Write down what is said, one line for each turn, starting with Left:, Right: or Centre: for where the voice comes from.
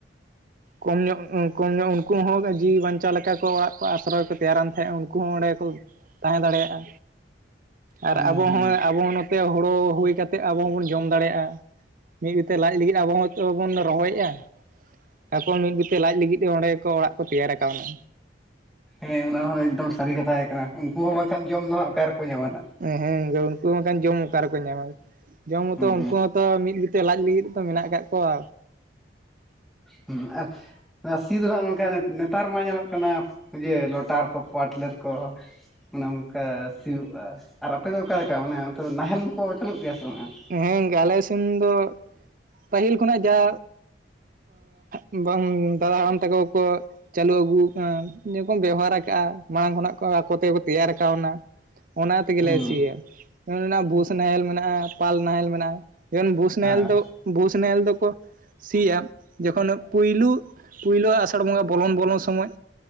Right: ᱠᱚᱢ ᱧᱚᱜ ᱠᱚᱢ ᱧᱚᱜ ᱩᱱᱠᱩ ᱦᱚᱸ ᱡᱤᱣᱤ ᱵᱟᱧᱪᱟᱣ ᱞᱮᱠᱟ ᱠᱚ ᱚᱲᱟᱜ ᱠᱚ ᱟᱥᱨᱚᱭ ᱠᱚ ᱛᱮᱭᱟᱨᱟᱱ ᱛᱟᱦᱮᱸᱫ ᱠᱩ ᱚᱸᱰᱮ ᱜᱮᱠᱚ ᱛᱟᱦᱮᱸ ᱫᱟᱲᱮᱭᱟᱜᱼᱟ ᱟᱨ
Centre: ᱦᱮᱸ
Right: ᱟᱵᱚ
Centre: ᱦᱮᱸ
Right: ᱦᱚᱸ ᱟᱵᱚ ᱱᱚᱛᱮ ᱛᱮ ᱦᱳᱲᱳ ᱦᱩᱭ ᱠᱟᱛᱮᱫ ᱟᱵᱚ ᱦᱚᱸᱵᱚᱱ ᱡᱚᱢ ᱫᱟᱲᱮᱭᱟᱜᱼᱟ ᱢᱤᱫ ᱵᱤᱛᱷᱟ ᱞᱟᱡ ᱞᱟᱹᱜᱤᱫ ᱟᱵᱚ ᱦᱚᱸ ᱵᱚᱱ ᱨᱚᱦᱚᱭᱮᱫᱼᱟ ᱮᱵᱚᱝ ᱢᱤᱫ ᱵᱩᱛᱟ. ᱞᱟᱡ ᱞᱟᱹᱜᱤᱫ ᱛᱮ ᱚᱸᱰᱮ ᱠᱚ ᱚᱲᱟᱜ ᱠᱚ ᱛᱮᱭᱟᱨ ᱠᱟᱣᱱᱟ᱾
Centre: ᱦᱮᱸ ᱚᱱᱟ ᱦᱚᱸᱚᱸ ᱮᱠᱫᱚᱢ ᱥᱟᱹᱨᱤ ᱠᱟᱛᱷᱟ ᱠᱟᱱᱟ ᱩᱱᱠᱩ ᱦᱚᱸ ᱵᱟᱝᱠᱷᱟᱱ ᱡᱚᱢ ᱫᱚ ᱦᱟᱜ ᱚᱠᱟ ᱨᱮᱠᱚ ᱧᱟᱢᱟ ᱦᱟᱜ ᱱᱟᱦᱟᱜ
Right: ᱦᱮᱸ ᱩᱱᱠᱩ ᱵᱟᱠᱷᱟᱱ ᱡᱚᱢ ᱚᱠᱟ ᱨᱮᱠᱚ ᱧᱟᱢᱟ ᱡᱚᱢ ᱢᱚᱛᱚ
Centre: ᱦᱩᱸ
Right: ᱩᱱᱠᱩ ᱦᱚᱸᱛᱚ ᱢᱤᱫ ᱞᱟᱡ ᱞᱟᱹᱜᱤᱫ ᱛᱚ ᱢᱮᱱᱟᱜ ᱟᱠᱟᱫ ᱠᱚᱣᱟ᱾
Centre: ᱦᱮ ᱟᱨ ᱥᱤ ᱨᱮᱦᱚ ᱱᱚᱝᱠᱟ ᱱᱮᱛᱟᱨ ᱢᱟ ᱧᱮᱞᱚᱜ ᱠᱟᱱᱟ ᱤᱭᱟ ᱞᱚᱴᱟᱨ, ᱠᱚ ᱯᱟᱴᱞᱟᱨ, ᱠᱚ ᱚᱱᱮ ᱚᱱᱠᱟ ᱥᱤᱭᱳᱜᱼᱟ ᱟᱨ ᱟᱯᱮᱫ ᱫᱚ ᱚᱠᱟᱮ ᱞᱮᱠᱟ ᱚᱱᱮ ᱚᱱᱛᱮ ᱫᱚ ᱱᱟᱦᱮᱞ ᱠᱚ ᱪᱟᱞᱩᱜ ᱜᱮᱭᱟ ᱥᱮ ᱵᱟᱝ
Right: ᱦᱮᱸ ᱟᱞᱮ ᱥᱮᱱ ᱫᱚ ᱯᱟᱹᱦᱤᱞ ᱠᱷᱚᱱᱟᱜ ᱡᱟ ᱵᱟᱝ ᱫᱟᱫᱟ ᱦᱟᱲᱟᱢ ᱛᱟᱠᱚ ᱠᱚ ᱪᱟᱹᱞᱩ ᱟᱹᱜᱩ ᱠᱟᱱᱟ ᱡᱮᱠᱷᱚᱱ ᱵᱮᱣᱦᱟᱨ ᱟᱠᱟᱜᱼᱟ ᱢᱟᱲᱟᱝ ᱠᱷᱚᱱᱟᱜ ᱟᱠᱚ ᱛᱮᱠᱚ ᱛᱮᱭᱟᱨ ᱠᱟᱣᱱᱟ᱾ ᱚᱱᱟ ᱛᱮᱜᱮᱞᱮ
Centre: ᱦᱩᱸ
Right: ᱥᱤᱭᱟ ᱵᱷᱩᱥ ᱱᱟᱦᱮᱞ ᱢᱮᱱᱟᱜᱼᱟ ᱯᱟᱞ ᱱᱟᱦᱮᱞ ᱢᱮᱱᱟᱜᱼᱟ᱾ ᱡᱮᱢᱚᱱ ᱵᱷᱩᱥ ᱱᱟᱦᱮᱞ
Centre: ᱦᱩᱸ ᱦᱮᱸ
Right: ᱫᱚ ᱵᱩᱥ ᱱᱟᱦᱮᱞ ᱫᱚᱠᱚ ᱥᱤᱭᱟ ᱡᱚᱠᱷᱚᱱ ᱯᱳᱭᱞᱳ ᱯᱳᱭᱞᱳ ᱟᱥᱟᱲ ᱵᱚᱸᱜᱟ ᱵᱚᱞᱚᱱ ᱵᱚᱞᱚᱱ ᱥᱚᱢᱚᱭ